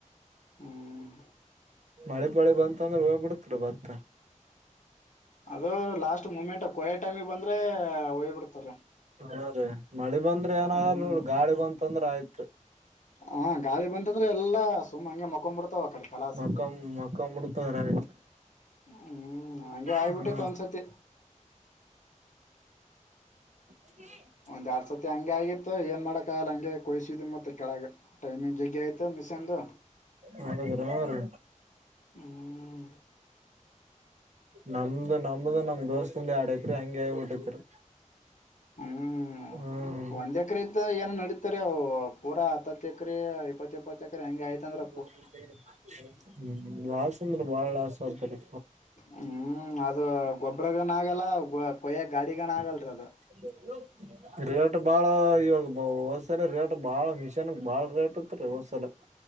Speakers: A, on the left; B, on the right.
A: ಹ್ಮ್
B: ಮಳೆ ಪಾಳೆ ಬಂತ ಅಂದ್ರೆ ಹೋಗ್ಬ ಬಿಡತರಿ ಭತ್ತ.
A: ಅದು ಲಾಸ್ಟ್ ಮೂಮೆಂಟ್ ಕೊಯ್ಯೋ ಟೈಮಿಗೆ ಬಂದ್ರೆ ಹೋಯಿ ಬಿಡ್ತರೀ.
B: ಹಾ ರೀ ಮಳಿ ಬಂದ್ರೆ ಏನಾಗಲ್
A: ಹ್ಮ್
B: ಗಾಳಿ ಬಂತಂದ್ರ ಆಯ್ತ್ರಿ.
A: ಹಾ ಗಾಳಿ ಬಂತಂದ್ರೆ ಎಲ್ಲಾ ಸುಮ್ಮ ಹಂಗೆ ಮಕೊಂಡ್ ಬಿಡ್ತಾವ ಆ ಕಡೆ ಕಾಲ.
B: ಮಕಂ ಮಕಂ ಮುಡ್ತದ್ರ ಆಯ್ತು
A: ಹ್ಮ್ ಹಂಗೆ ಆಯ್ಬಿಟ್ಟಿತ್ತು
B: ಹಾ
A: ಒಂದ್ಸತಿ.
B: <unintelligible>
A: ಒಂದ್ ಎರಡ್ ಸತಿ ಹಂಗೆ ಆಗಿತ್ತು ಏನ್ ಮಾಡಕ್ಕ ಆಗಲ್ಲ ಹಂಗೆ ಕೊಯಸಿದು ಮತ್ತ. ಕೆಳಗ ಟೈಮಿಂಗ್ ಜಗ್ಗೆ ಆಯಿತು ಮಿಷನಂದು.
B: ಹಾಗಿದೀರ ಅವ್ರು.
A: ಹ್ಮ್
B: ನಂಬ್ದು ನಂಬ ದೊಸ್ತಂದ ಎರಡ ಎಕ್ರಿ ಹಂಗೆ ಆಗ ಬಿಟ್ಟಿತ್ತರಿ.
A: ಹ್ಮ್
B: ಹ್ಮ.
A: ಒಂದ್ ಎಕ್ರ ಇತ್ತಂದ್ರ ಏನ ನಡೀತಾದ ಅವು ಪೂರ ಹತ್ತತ್ತು ಎಕರೆ ಇಪ್ಪತ್ತು ಇಪ್ಪತ್ತು ಎಕರೆ ಹೆಂಗೆ ಆಯ್ತ ಅಂದ್ರ.
B: <unintelligible> ಹ್ಮ್ ಲಾಸ್ ಅಂದ್ರೆ ಬಾಳ ಲಾಸ್ ಆತ ರಿ.
A: ಹ್ಮ್ ಅದು ಗೊಬ್ಬ್ರಗನ ಆಗಲ್ಲ ಕೊಯ್ಯ ಗಾಡಿಗನ ಆಗಲ್ರ ಅದು.
B: <unintelligible> ರೇಟ್ ಬಾಳ ಇವಾಗ ಹೊದಸಲ ರೇಟ್ ಬಾಳ ಮಿಷನ್ ಬಾಳ ರೇಟ್ ಇತ್ ರೀ ಹೊದ್ಸಲ.